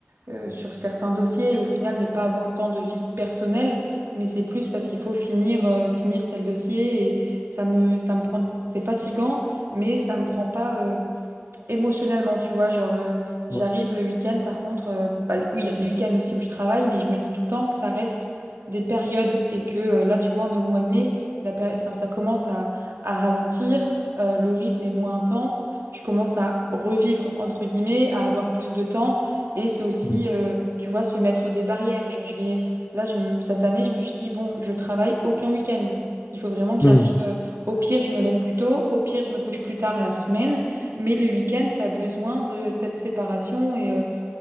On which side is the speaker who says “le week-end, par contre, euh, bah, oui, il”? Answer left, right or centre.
Right